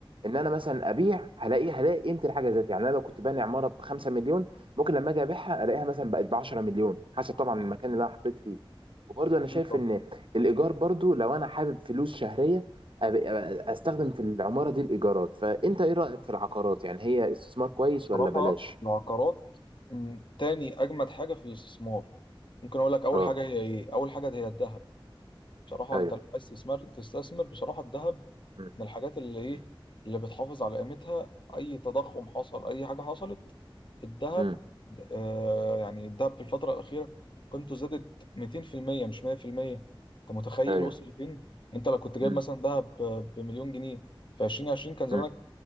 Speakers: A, on the right; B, on the left.
A: ان انا مثلا ابيع هلاقي هلاقي قيمه الحاجه ذات يعني انا لو كنت باني عماره ب 5 مليون ممكن لما اجي ابيعها الاقيها مثلا بقت ب 10 مليون حسب طبعا المكان اللي انا حطيت فيه وبرضه انا شايف
B: ايه طب
A: ان الايجار برضو لو انا حابب فلوس شهريه أب- أب- استخدم في العماره دي الايجارات فانت ايه رايك في العقارات يعني هي استثمار كويس
B: بصراحة
A: ولا بلاش
B: العقارات مم، تاني اجمد حاجة في الاستثمار ممكن اقول لك اول
A: اه
B: حاجة هي ايه اول حاجة هي الذهب بصراحة
A: ايوه
B: انت لو عايز تستثمر تستثمر بصراحة الذهب
A: مم.
B: من الحاجات اللي ايه
A: مم.
B: اللي بتحافظ على قيمتها اي تضخم حصل اي حاجة حصلت الذهب
A: مم.
B: آه يعني الذهب في الفترة الأخيرة قيمته زادت 200% مش 100% انت متخيل
A: ايوه
B: وصل لفين انت لو كنت جايب
A: مم.
B: مثلا ذهب ب- بمليون جنيه في 2020 كان زمانك
A: مم.